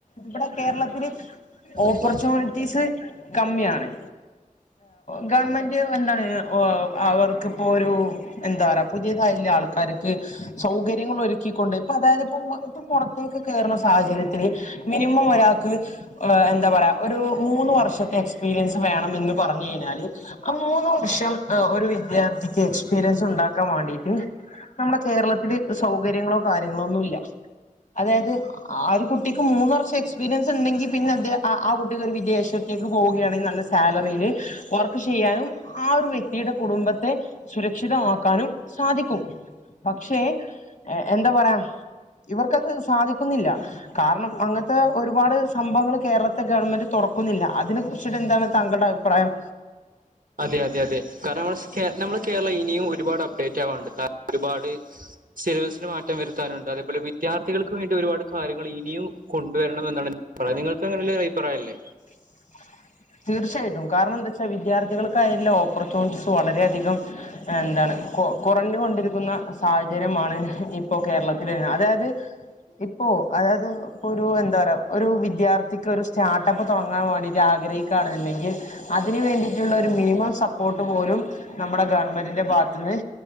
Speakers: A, on the left (about 60°); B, on the right (about 75°).
A: ഇവിടെ കേരളത്തില്ൽ
B: ഓപ്പർച്യൂ
A: ഓപ്പർച്യൂണിറ്റീസ് കമ്മിയാണ് ഗവൺമെന്റ് എന്താണ് അവർക്കിപ്പോ ഒരു എന്താ പറ പുതിയതായ ആൾക്കാർക്ക് സൗകര്യങ്ങൾ ഒരുക്ക ണ്ട് ഇപ്പൊ അതായത് ഇപ്പ ഇപ്പൊ പുറത്തേക്ക് കേയറുന്ന സാഹചര്യത്തില്ൽ മിനിമം ഒരാൾക്ക് എന്താ പറയാ ഒരു മൂന്ന് വർഷത്തെ എക്സ്പീരിയൻസ് വേണ പറഞ്ഞു കഴിഞ്ഞാല് ആ മൂന്ന് വർഷം ഒരു വിദ്യാർത്ഥിക്ക് എക്സ്പീരിയൻസ് ഉണ്ടാക്കാൻ വേണ്ടിട്ട് നമ്മുടെ കേരളത്തില്ൽ സൗകര്യങ്ങളോ കാര്യങ്ങളോ ഒന്നും ഇല്ല അതായത് ആ ഒരു കുട്ടിക്ക് മൂന്ന് വർഷം എക്സ്പീരിയൻസ് ഉണ്ടെങ്കി പിന്നെ അത് ആ കുട്ടിക്ക് ഒരു വിദേേഷം പോുകയാണെങ്കിൽ നല്ല സാലറിയില് ചെയ്യാനും ആ ഒരു വ്യക്തിയുടെ കുടുംബത്തെ സുരക്ഷിതമാക്കാനും സാധിക്കും പക്ഷേ എന്താ പറയാം ഇവർക്കത് സാധിക്കുന്നില്ല കാരണം അങ്ങനത്തെ ഒരുപാട് സംഭവങ്ങൾ കേരളത്തെ ഗവൺമെന്റ് തുറക്കുന്നില്ല അതിനെ കുറിച്ചിട്ട് എന്താണ് താങ്കളുടെ അഭിപ്രായം
B: അതെ അതെ അതെ കാരണം നമ്മ നമ്മുടെ കേരളം ഇനിയും ഒരുപാട് അപ്ഡേറ്റ് ആവാണ്ട് ഒരുപാട് സിലബസിന് മാറ്റം വരുത്താനുണ്ട് അതേപോലെ വിദ്യാർത്ഥികൾക്ക് വേണ്ടി ഒരുപാട് കാര്യങ്ങൾ ഇിയും കൊണ്ടുവരണംമെന്നാണ് പറയാ നിങ്ങൾക്ക് അങ്ങനെയുള്ള അഭിപ്രായമല്ലേ
A: <inaudible> തീർച്ചയായിട്ടും കാരണം എന്താ വെച്ചാൽ വിദ്യാർത്ഥികൾക്കായല്ലാം ഓപ്പർച്യണിീസ് വളരെയധികം എന്താണ് കൊ കുറഞ്ഞുക കൊണ്ടിരിക്കുന്ന സാഹചര്യമാണ് ഇപ്പൊ കേരളത്തി വ അതായത് ഇ ഇപ്പോ അതായത് ഇപ്പോൊ ഒരു എന്താ പറയ ഒരു വിദ്യാർത്ഥിക്ക് ഒരു സ്റ്റാർട്ടപ്പ് തുടങ്ങാൻ വേണ്ടിയിട്ട് ആഗ്രഹിക്ക കാണണ്ടെങ്കിൽ അതിനന് വേണ്ടിയിട്ടുള്ള ഒരു മിനിമം സപ്പോർട്ട് പോലും നമ്മുടെ ഗവൺമെന്റിന്റെ ഭാഗത്ത നിന്ന്